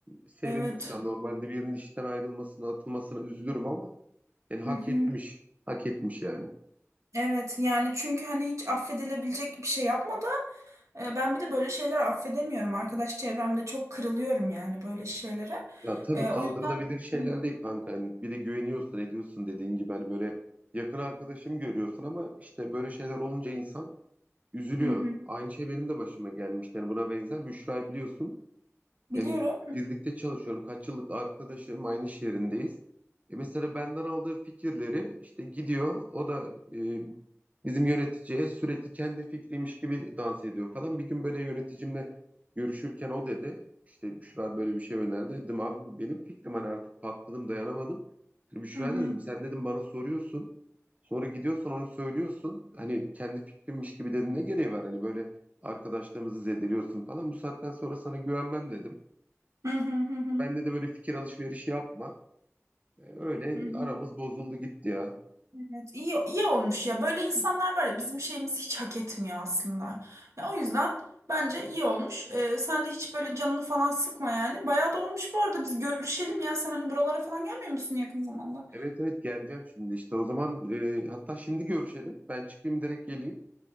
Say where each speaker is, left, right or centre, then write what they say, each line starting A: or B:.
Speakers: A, on the right (about 30°); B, on the right (about 75°).
A: sevindim
B: evet.
A: şu an. Normalde birinin işten ayrılmasına, atılmasına üzülürüm ama yani hak
B: Hı hı.
A: etmiş. Hak etmiş yani.
B: Evet yani çünkü hani hiç affedilebilecek bir şey yapmadı E, Ben bir de böyle şeyler affedemiyorum. Arkadaş çevremde çok kırılıyorum yani böyle şeylere.
A: Ya tabii
B: E,
A: kaldırılabilir
B: o yüzden
A: şeyler
B: Hı
A: değil kanka. Hani bir de güveniyorsun, ediyorsun dediğin gibi hani böyle yakın arkadaşım görüyorsun ama işte böyle şeyler olunca insan üzülüyor.
B: hı
A: Aynı şey benim de başıma gelmişti. Yani buna benzer. Büşra'yı biliyorsun.
B: biliyorum.
A: Yani birlikte çalışıyorum. Kaç yıllık arkadaşım aynı şehrindeyiz. E mesela benden aldığı fikirleri işte gidiyor. O da e, bizim yöneticiye sürekli kendi fikriymiş gibi dans ediyor falan. Bir gün böyle yöneticimle görüşürken o dedi. İşte Büşra böyle bir şey önerdi. Dedim abi bu benim fikrim hani artık patladım dayanamadım. Şimdi Büşra'ya
B: Hı hı
A: da dedim sen dedim bana soruyorsun. Sonra gidiyorsun onu söylüyorsun. Hani kendi fikrimmiş gibi dedin ne gereği var? Hani böyle arkadaşlarımızı zedeliyorsun falan. Bu saatten sonra sana güvenmem dedim.
B: hı hı hı hı
A: Bende de böyle fikir alışverişi yapma. E, Öyle
B: hı hı.
A: aramız bozuldu gitti ya.
B: Evet, iyi iyi olmuş ya. Böyle insanlar var ya bizim şeyimizi hiç hak etmiyor aslında. Ya o yüzden bence iyi olmuş. E, sen de hiç böyle canını falan sıkma yani. Bayağı da olmuş bu arada. Biz görüşelim ya. Sen hani buralara falan gelmiyor musun yakın zamanda?
A: Evet evet geleceğim şimdi işte o zaman e, hatta şimdi görüşelim. Ben çıkayım direkt geleyim.